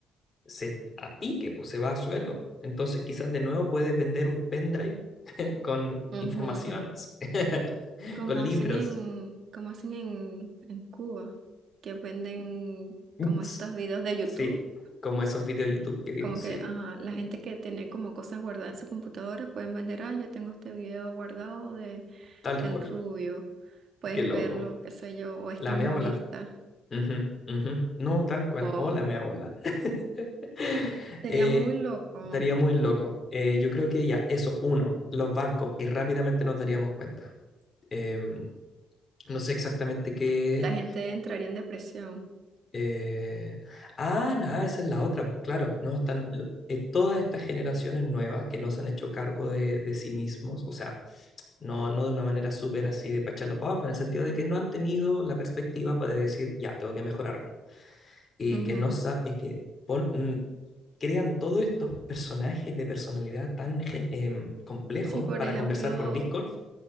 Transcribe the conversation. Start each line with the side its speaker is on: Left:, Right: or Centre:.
Left: se a pique, pues se va a suelo. Entonces quizás de nuevo puedes vender un pendrive <laughs> con
Right: Ujú.
Left: informaciones, <laughs>
Right: Como
Left: con libros.
Right: hacen en, como hacen en, en Cuba, que venden
Left: Ups.
Right: como estos videos de YouTube
Left: Sí, como esos videos de YouTube que vimos,
Right: Como que,
Left: sí,
Right: ajá, la gente que tiene como cosas guardadas en su computadora pueden vender, ah, yo tengo este video guardado de
Left: tal
Right: El
Left: cual.
Right: Rubio, puedes
Left: Qué loco.
Right: verlo, qué sé yo, o este
Left: La
Right: humorista,
Left: mea bola. Ujú, ujú. No, tal cual.
Right: o
Left: Hola, mea bola. <laughs>
Right: sería
Left: Eh,
Right: muy loco,
Left: estaría muy loco. Eh, yo creo que ya, eso, uno, los bancos, y rápidamente nos daríamos cuenta. Em, no sé exactamente qué
Right: la gente entraría en depresión.
Left: Eh, ah, nada, esa es la otra, pues claro, no están lo- eh, todas estas generaciones nuevas que no se han hecho cargo de, de sí mismos, o sea, no, no de una manera súper así de pacharlo para abajo, en el sentido de que no han tenido la perspectiva para decir, ya, tengo que mejorarme. Y
Right: Ujú.
Left: que no sa- y que pon- mm, crean todos estos personajes de personalidad tan gen- em, complejos
Right: Sí, por
Left: para
Right: ejemplo,
Left: conversar por Discord.